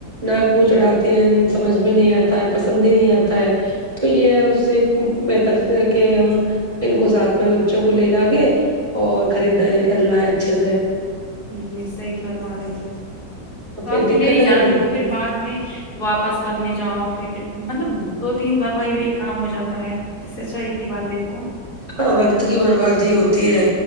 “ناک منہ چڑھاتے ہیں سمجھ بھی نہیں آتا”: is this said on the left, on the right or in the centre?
Right